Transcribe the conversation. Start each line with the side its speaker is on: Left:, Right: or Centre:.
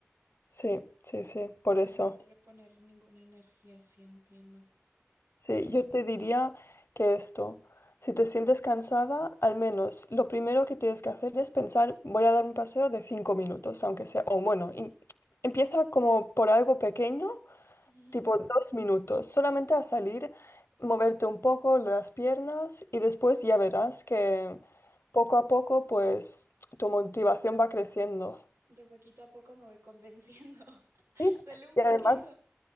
Left: Sí, sí, sí, por
Right: En
Left: eso.
Right: lugar de reponer ninguna energía, sí entiendo.
Left: Sí, yo te diría que esto, si te sientes cansada, al menos lo primero que tienes que hacer es pensar, voy a dar un paseo de cinco minutos, aunque sea, o bueno, in- empieza como por algo pequeño,
Right: Ujú.
Left: tipo dos minutos, solamente a salir, moverte un poco las piernas y después ya verás que poco a poco, pues, tu motivación va creciendo.
Right: De poquito a poco me voy convenciendo. <laughs>
Left: Sí,
Right: Solo un poquito.
Left: Y además,